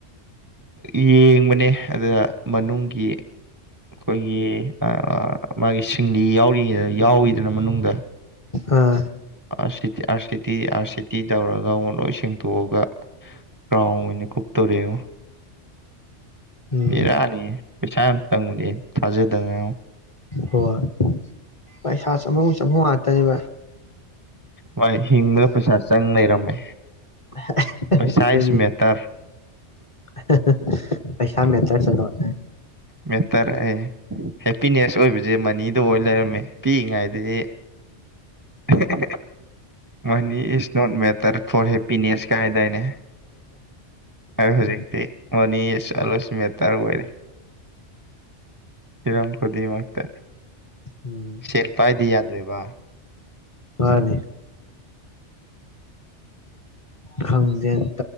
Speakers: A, on the right; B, on the left.
A: ꯌꯦꯡꯕꯅꯦ ꯑꯗꯨꯗ ꯃꯅꯨꯡꯒꯤ ꯢ ꯑꯩꯈꯣꯏꯒꯤ ꯑꯥ ꯃꯥꯒꯤ ꯁꯤ ꯆꯤꯡꯂꯤ ꯌꯥꯎꯔꯤꯗ ꯌꯥꯎꯋꯤꯗꯅ ꯃꯅꯨꯡꯗ
B: ꯑꯥ
A: ꯑꯁꯤꯇꯤ ꯑꯁꯤꯇꯤ ꯑꯁꯤꯇꯤ ꯇꯧꯔ ꯉꯃꯣ ꯂꯣꯏꯁꯤꯡ ꯍꯨꯟꯗꯣꯛꯑꯒ ꯔ꯭ꯔꯥꯎꯟ ꯑꯣꯏꯅ ꯀꯨꯞ ꯇꯧꯔꯦꯉꯣ
B: ꯎꯝ
A: ꯕꯤꯔꯥꯅꯤ ꯄꯩꯁꯥ ꯌꯥꯝ ꯆꯪꯕꯅꯤ ꯊꯥꯖꯦꯗꯉꯥꯡꯑꯣ
B: ꯍꯣꯏ ꯄꯩꯁꯥ ꯆꯪꯕꯝ ꯒꯤ ꯆꯪꯕꯝ ꯉꯥꯇꯅꯦ ꯕꯥꯢ
A: ꯃꯥꯅꯦ ꯍꯤꯡꯕꯗ ꯄꯩꯁꯥ ꯆꯪ ꯂꯩꯔꯝꯃꯦ
B: ꯑꯍꯥ ꯍꯥ
A: ꯄꯩꯁꯥ
B: ꯑꯗꯨꯅꯦ
A: ꯏꯁ ꯃꯦꯇꯔ
B: ꯑꯍꯥ ꯍꯥꯍꯥ ꯄꯩꯁꯥ ꯃꯦꯊ꯭ꯔꯁ ꯑꯦꯂꯣꯠ
A: ꯃꯦꯇꯔ ꯍꯥꯢꯌꯦ ꯍꯦꯄꯤꯅꯦꯁ ꯑꯣꯏꯕꯁꯦ ꯖꯦ ꯃꯅꯤꯗ ꯑꯣꯏ ꯂꯩꯔꯝꯃꯦ ꯄꯤꯛꯏꯉꯩꯗꯗꯤ ꯍꯦ ꯍꯦ ꯍꯦ ꯃꯅꯤ is not matter for happiness ꯀꯥꯏꯍꯥꯢꯗꯥꯏꯅꯦ ꯑꯩ ꯍꯧꯖꯤꯛꯇꯤ
B: ꯎꯝ
A: ꯃꯦ ꯁꯔꯥ ꯁꯤꯃꯦꯇꯔ ꯑꯣꯏꯔꯦ ꯏꯔꯝ ꯈꯨꯗꯤꯃꯛꯇ
B: ꯎꯝ
A: ꯁꯦꯠꯄꯥꯏꯗꯤ ꯌꯥꯗ꯭ꯔꯦꯕ
B: ꯃꯥꯅꯤ ꯈꯪꯖꯦꯟ